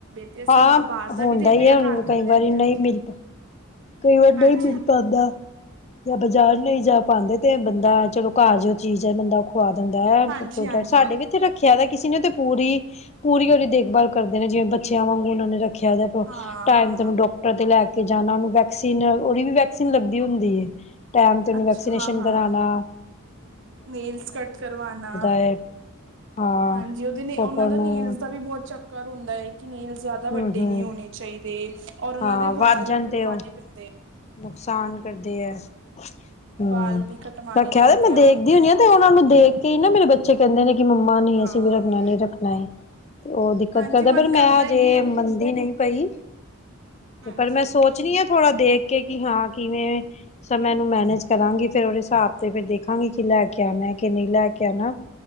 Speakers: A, on the right; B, on the left.
A: ਤੇ ਅਸੀਂ
B: ਹਾਂ,
A: ਬਾਹਰ
B: ਹੁੰਦਾ
A: ਦਾ ਵੀ ਦਿੰਦੇ
B: ਹੀ ਹੈ,
A: ਹਾਂ
B: ਹੁਣ
A: ਘਰ ਦਾ
B: ਕਈ
A: ਵੀ
B: ਵਾਰੀ
A: ਦਿੰਦੇ
B: ਨਹੀਂ
A: ਹਾਂ
B: ਮਿਲ ਕਈ ਵਾਰ ਨਹੀਂ
A: ਹਾਂਜੀ
B: ਮਿਲ ਪਾਉਦਾ ਜਾਂ, ਬਾਜ਼ਾਰ ਨਹੀਂ ਜਾ ਪਾਂਦੇ। ਤੇ, ਬੰਦਾ ਚਲੋ ਘਰ ਜਿ ਉਹ ਚੀਜ਼ ਹੈ, ਬੰਦਾ ਉਹ ਖੁਵਾ ਦਿੰਦਾ ਐ,
A: ਹਾਂਜੀ ਹਾਂਜੀ
B: ਸਾਡੇ ਵੀ ਇੱਥੇ ਰੱਖਿਆ ਦਾ ਕਿਸੇ ਤੇ, ਪੂਰੀ- ਪੂਰੀ ਉਹਦੀ ਦੇਖਭਾਲ ਕਰਦੇ ਨੇ, ਜਿਵੇਂ ਬੱਚਿਆਂ ਵਾਂਗੂ ਉਹਨਾਂ ਨੇ ਰੱਖ ਿਆ
A: ਹਾਂ
B: ਟਾਈਮ
A: ਹਾਂ
B: ਤੇਨੂੰ ਡਾਕਟਰ ਤੇ, ਲੈਕੇ ਕੇ ਜਾਣਿ ਉਹ ਨੂੰ ਵੈਕਸੀਨ ਉਹਦੀ ਵੀ, ਵੈਕਸੀਨ ਲੱਗਦੀ ਹੁੰਦੀ ਹੇ। ਅ ਟਾਈਮ ਤੇ ਉਹਨੂੰ
A: ਅੱਛਾ
B: ਵੈਕਸੀਨੇਸ਼ਨ
A: ਹਾਂ ਹਾਂ
B: ਕਰਾਣਾ।
A: ਨੇਲਸ ਕੱਟ ਕਰਵਾਣਾ,
B: ਹੈ ਹਾਂ
A: ਹਾਂਜੀ, ਉਹਦੇ ਨੇ
B: ਪ੍ਰੋਪਰ
A: ਉਹਨਾਂ ਦਾ
B: ਨੂੰ
A: ਨੇਲਸ ਦਾ ਵੀ ਬਹੁਤ ਚੱਕ ਕਰ ਹੁੰਦਾ ਏ। ਕਿ ਨੇਲਸ ਜ਼ਿਆਦਾ
B: ਹਮ
A: ਵੱਡੇ
B: ਹਮ
A: ਨਹੀਂ ਹੋਣੇ ਚਾਹੀਦੇ। ਔਰ ਉਹਨਾਂ
B: ਹਾਂ
A: ਦੇ
B: ਵੱਧ
A: ਵਾਲ
B: ਜਾਣ
A: ਵੀ
B: ਤੇ
A: ਕਟਵਾਣੇ
B: ਉਹ
A: ਪੈਂਦੇ ਆ।
B: ਨੁਕਸਾਨ ਕਰਦੇ ਹੈ। ਹਮ,
A: ਵਾਲ ਵੀ ਕਟਵਾਣੇ
B: ਰੱਖਿਆ
A: ਪੈਂਦੇ
B: ਦਿਆ, ਤੇ ਮੈਂ
A: ਆ
B: ਦੇਖਦੀ ਹੁੰਦੀ ਆ ਤੇ ਉਹਨਾਂ ਨੂੰ ਦੇਖ ਕੇ ਹੀ ਨਾ ਮੇਰੇ ਬੱਚੇ ਕਹਿੰਦੇ ਨੇ ਕਿ ਮੰਮਾ ਨੇ
A: ਹਾਂ
B: ਅਸੀਂ ਵੀ ਰੱਖਣਾ, ਨਹੀਂ ਰੱਖਣਾ ਏ, ਤੇ ਉਹ ਦਿੱਕਤ
A: ਹਾਂਜੀ
B: ਕਰਦਾ,
A: ਮਨ
B: ਪਰ ਮੈਂ ਹਜੇ
A: ਹੀ ਏ
B: ਮੰਨਦੀ ਨਹੀਂ ਪਈ।
A: ਹਾਂਜੀ
B: ਤੇ ਪਰ ਮੈਂ ਸੋਚਣੀ ਆਂ ਥੋੜ੍ਹਾ ਦੇਖ ਕੇ ਕਿ ਹਾਂ ਕਿਵੇਂ ਸਮੇ ਨੂੰ ਮੈਨੇਜ ਕਰਾਂਗੀ, ਫਿਰ ਉਹਦੇ ਹਿਸਾਬ ਤੇ ਦੇਖਾਂਗੇ ਕਿ ਲੈ ਕੇ ਆਣਾ ਕਿ ਨਹੀਂ ਲੈ ਕੇ ਆਣਾ।